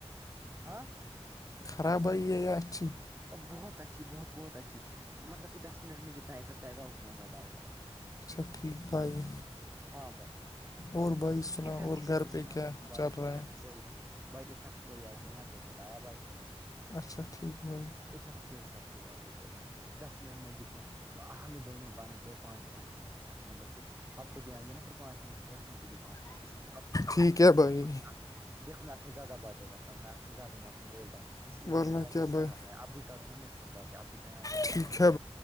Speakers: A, on the right; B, on the left.
A: ہاں
B: خرابییا اچھی
A: بہت اچھی بہت بہت اچھی مطلب دس منٹ میں جتنا افیکٹ آئے گا اتنا زیادہ ہوگا
B: اچھا ٹھیک پائے
A: ہاں بھائی
B: اور بھائی سنا
A: افیکٹ
B: اور
A: کوئی
B: گھر پہ
A: ہے نا
B: کیا
A: بائی
B: چل رہا
A: افیکٹ
B: ہے
A: کوئی بھائی افیکٹ کوئی آتی ہے نا پیمنٹ آیا بھائی سمجھ
B: اچھا ٹھیک بن
A: افیکٹ کے حساب سے ہی آتی پیمنٹ دس منٹ میں جتنے ہمیں دونوں کانے جی پانچ پانچ منٹیکٹ مطلب کہ آ کو بھی آ گے نا پھر پانچ منٹیکٹ مجھے بھی پانچ منٹ اس اب بھی کرولہ
B: ٹھیک ہے بھائی
A: دیکو میں آپ سے زیادہ باتیں کرتا ہوں میں آ سے زیادہ میں آپ کو بولتا ہوں اس لیے
B: ورنہ
A: مجھے زیادہ
B: کیا بھائی
A: اب بھی کرو نا میرے ساتھ بات ہے اب بھی تیار ہو نا
B: ٹھیک
A: بھائی
B: ہے